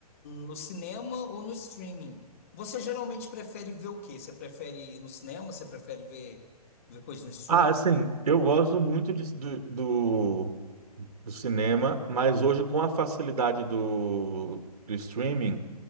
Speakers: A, on the left; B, on the right.
A: no cinema ou no streaming, você geralmente prefere ver o quê? Você prefere ir no cinema? Você prefere ver, ver coisa no streaming?
B: Ah, assim, eu gosto muito de- do, do, do cinema, mas hoje com a facilidade do, do streaming,